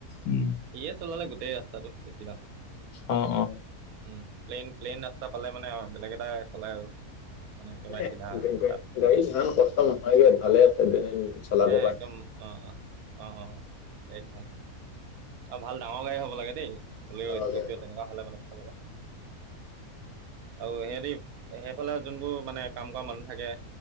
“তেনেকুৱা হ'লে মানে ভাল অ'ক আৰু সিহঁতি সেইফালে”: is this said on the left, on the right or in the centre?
Right